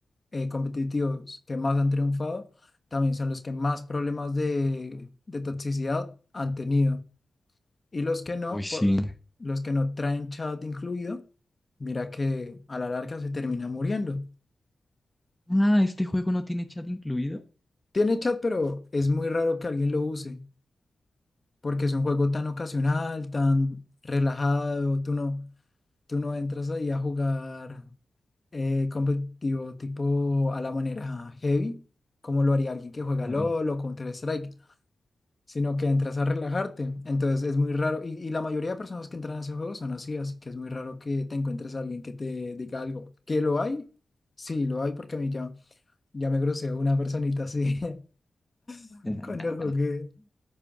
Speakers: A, on the left (about 30°); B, in the centre.
A: eh, competitivos que más han triunfado también son los que más problemas de, de toxicidad han tenido. Y los que no,
B: Uy, sí.
A: por, los que no traen chat incluido, mira que a la larga se termina muriendo.
B: Ah, este juego no tiene chat incluido.
A: Tiene chat, pero es muy raro que alguien lo use, porque es un juego tan ocasional, tan relajado, tú no. Tú no entras ahí a jugar eh, competitivo tipo a la manera heavy, como lo haría alguien que juega
B: Claro.
A: LOL o Counter-Strike, sino que entras a relajarte. Entonces es muy raro, y, y la mayoría de personas que entran a ese juego son así, así que es muy raro que te encuentres a alguien que te diga algo. ¿Que lo hay? Sí, lo hay porque a mí ya, ya me groseó una personita así <laughs>
B: <laughs>
A: cuando jugué.